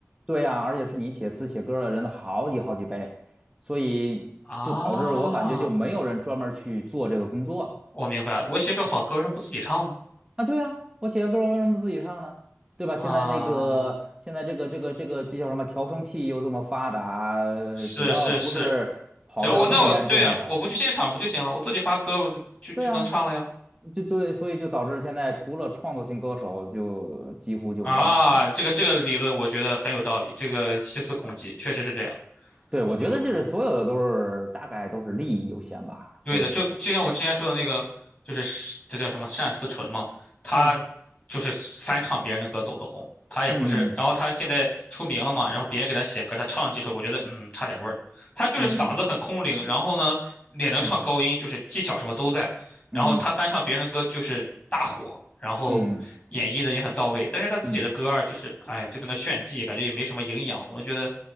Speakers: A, on the right (about 15°); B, on the left (about 25°).
A: 对呀、而且是你写词写歌儿的人的好几好几倍，所以就导致我感觉就没有人专门儿去做这个工作了。
B: 啊。我明白，我写首好歌，为什么不自己唱呢？
A: 啊，对呀、我写个歌儿我为什么不自己唱呢？对吧？
B: 啊，
A: 现在那个现在这个这个这个这叫什么调声器又这么发达，呃只要不是跑调这么严重的。
B: 是是是，只要我那我对啊，我不去现场不就行了？我自己发歌我就就就能唱了呀。
A: 对呀，就对，所以就导致现在除了创作型歌手，就几乎就没有什么。
B: 啊，这个这个理论我觉得很有道理，这个细思恐极，确实是这样。
A: 对，我觉得就是所有的都是大概都是利益优先吧，
B: 嗯。对的，
A: 所有做的事情。
B: 就就像我之前说的那个，就是是这叫什么单思纯嘛，他就是翻唱别人的歌走的红，
A: 啊
B: 他也不是，
A: 嗯
B: 然后他现在出名了嘛，然后别人给他写歌，他唱了几首，我觉得嗯差点味儿，他就是嗓子很空灵，
A: 嗯
B: 然后呢也能唱高音，
A: 嗯嗯
B: 就是技巧什么都在，然后他翻唱别人的歌就是大火，
A: 嗯嗯
B: 然后演绎的也很到位，
A: 嗯嗯嗯
B: 但是他自己的歌儿就是哎就在那炫技，
A: 嗯，
B: 感觉也没什么营养，我觉得